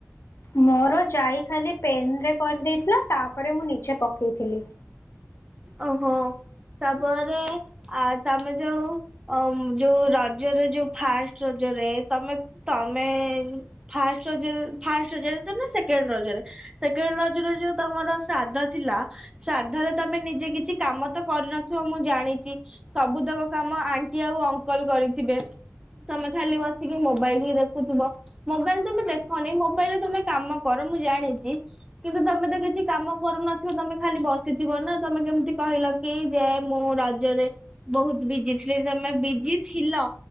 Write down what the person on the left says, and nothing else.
ମୋର ଯାଇ ଖାଲି ପେନରେ କରିଦେଇଥିଲା ତାପରେ ମୁଁ ନିଜେ ପକେଇଥିଲି।